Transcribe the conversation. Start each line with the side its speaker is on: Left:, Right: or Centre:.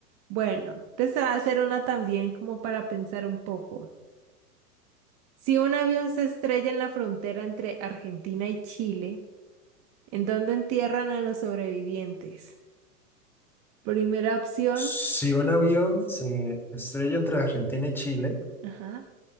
Right: Bueno, te va a hacer una también como para pensar un poco. Si un avión se estrella en la frontera entre Argentina y Chile, ¿en dónde entierran a los sobrevivientes? Primera opción,
Centre: Si un avión se estrella entre Argentina y Chile.
Right: ajá.